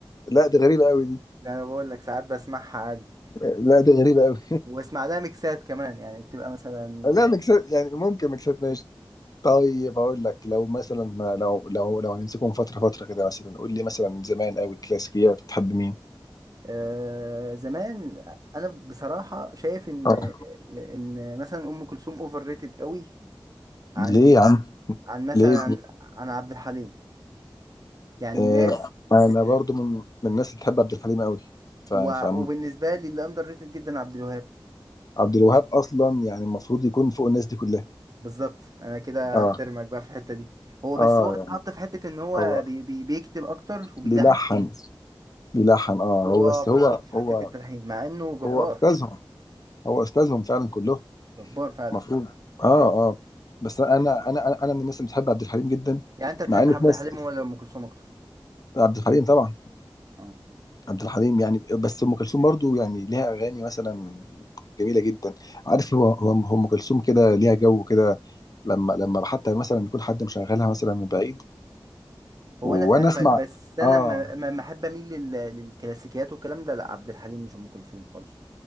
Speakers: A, on the left; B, on the right.
A: لا دي غريبه قوي دي
B: ده انا بقول لك ساعات بسمعها عادي
A: <laughs> لا دي غريبه قوي
B: واسمع لها ميكسات كمان يعني بتبقى مثلا
A: <laughs> لا ميكسات يعني ممكن ميكسات ماشي طيب اقول لك لو مثلا لو لو لو هنمسكهم فتره فتره كده مثلا قول لي مثلا زمان قوي كلاسيكيات بتحب مين
B: آه زمان انا بصراحه شايف ان
A: اه
B: ان مثلا ام كلثوم اوفر ريتد قوي عن
A: ليه يا عم
B: عن مثلا
A: ليه
B: عن عبد الحليم يعني
A: آه
B: الناس
A: انا
B: بتح...
A: برضو من من الناس اللي بتحب عبد الحليم قوي ف
B: و...
A: ف-
B: وبالنسبه لي اللي اندر ريتد جدا عبد الوهاب
A: عبد الوهاب اصلا يعني المفروض يكون فوق الناس دي كلها
B: بالظبط انا كده
A: اه
B: احترمك بقى في الحته دي هو بس
A: اه
B: هو اتحط
A: يعني
B: في حته ان هو
A: هو
B: بي... بي... بيكتب اكتر وبيلحن
A: بيلحن بيلحن
B: حطوه
A: اه هو بس
B: في
A: هو
B: حطيت في
A: هو
B: حته التلحين مع انه جبار
A: هو استاذهم هو استاذهم فعلا كلهم
B: جبار فعلا
A: المفروض اه اه بس انا انا انا أنا من الناس اللي بتحب عبد الحليم جدا
B: يعني انت تحب
A: مع ان
B: عبد
A: في ناس
B: الحليم ولا ام كلثوم اكتر
A: عبد الحليم طبعا
B: اه
A: عبد الحليم يعني بس ام كلثوم برضو يعني ليها اغاني مثلا جميله جدا عارف هو هو هو ام كلثوم كده ليها جو كده لما لما حتى مثلا يكون حد مشغلها مثلا من بعيد
B: هو
A: وانا
B: انا فاهمك
A: اه اسمع
B: بس انا
A: اه
B: ما ما ما احب اميل لل... للكلاسيكيات والكلام ده لا عبد الحليم مش ام كلثوم خالص